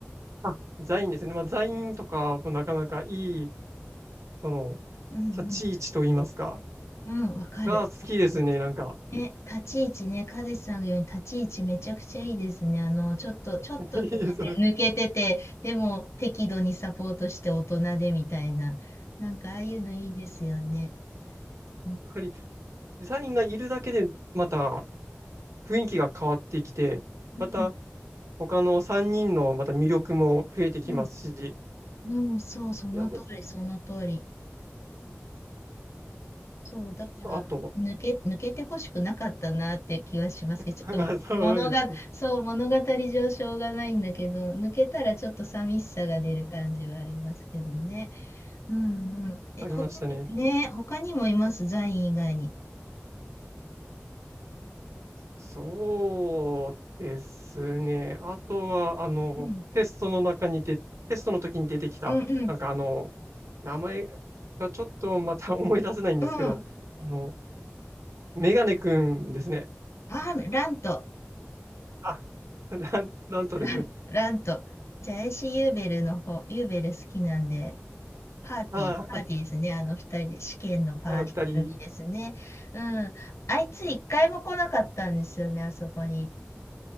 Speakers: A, on the right (about 90°); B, on the left (about 75°).
A: あ、ザインですね。まあ、ザインとかもなかなかいい、その、
B: うん
A: 立ち位置といいますか、
B: うん。うん、わかる。
A: が好きですね、
B: 私
A: なんか。
B: え、立ち位置ね、カズさんが言うように立ち位置めちゃくちゃいいですね。あの、ちょっと、ちょっと抜けて、
A: <laughs> いいですね。
B: 抜けてて、でも適度にサポートして大人でみたいな。なんかああいうのいいですよね。うん、
A: やっぱり、ザインがいるだけで、また雰囲気が変わってきて、
B: うん、
A: また、他の3人のまた魅力も増えてきますし、
B: うんうんそう、その通り、
A: いや、ま
B: その通り。そう、だから、
A: あと、
B: 抜け、抜けてほしくなかったなって気はしますけど、
A: <laughs>
B: ちょっと物が、
A: まあそうですね。
B: そう、物語上しょうがないんだけど、抜けたらちょっと寂しさが出る感じはありますけどね。うんうん。え、
A: ありましたね。
B: 他に、ね、他にもいます、ザイン以外に。
A: そうですね。あとは、あの、
B: うん。
A: テストの中にで、テストの時に出てきた、
B: うんうん。
A: なんかあの、名前がちょっとまた <laughs> 思い出せないんですけど、
B: うん。
A: あの、メガネくんですね。
B: あー、ラント。
A: あ、なんなんとですね。
B: ラン、ラント。じゃあ、エイシーユーベルの方、ユーベル好きなんで、パーティー、
A: あ
B: パーティーですね。あの二人で、試験のパーティー組ですね。
A: あ、あの二人、
B: うん。あいつ一回も来なかったんですよね、あそこに。